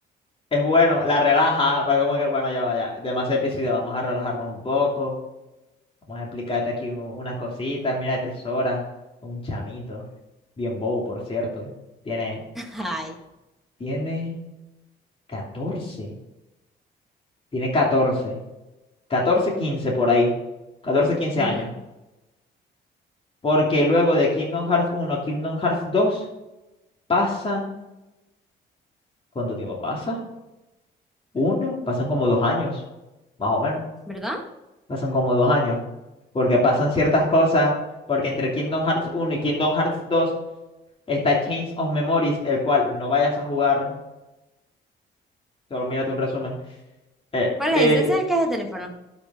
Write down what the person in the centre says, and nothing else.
<laughs> Ay.
Mm,
¿Verdad?
¿Cuál
es? Ese es el que es de teléfono.